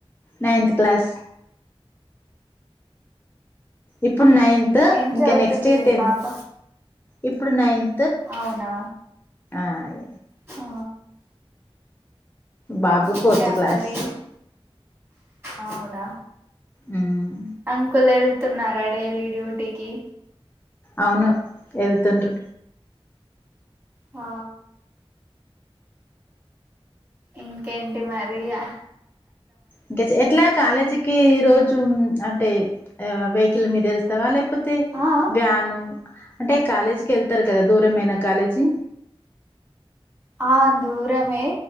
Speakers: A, on the left; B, on the right.
A: నైన్త్ క్లాస్ ఇప్పు ఇప్పుడు నైన్త్
B: ఏం
A: ఇంకా
B: చదువుతుంది
A: నెక్స్ట్ ఇగ
B: మీ
A: టెన్త్
B: పాప
A: ఇప్పుడు నైన్
B: అవునా
A: ఆయ్
B: ఆ
A: బాబు
B: ఇంకా
A: ఫోర్త్ క్లాస్
B: మరి అవునా
A: మ్మ్
B: అంకుల్ ఏడు తున్నార డేలి డ్యూటీ కి
A: అవును ఎళ్తుండ్రు
B: ఆ ఇంకేంటి మరి ఇగ
A: ఇంక చే ఎట్లా కాలేజ్ కీ రోజు అంటే ఆ వెహికిల్ మీద ఎల్తావా లేపో పోతే
B: ఆ ఆ
A: వ్యాను అంటే కాలేజీకి ఎళ్తార్ కదా దూరమేన కాలేజీ
B: ఆ దూరమే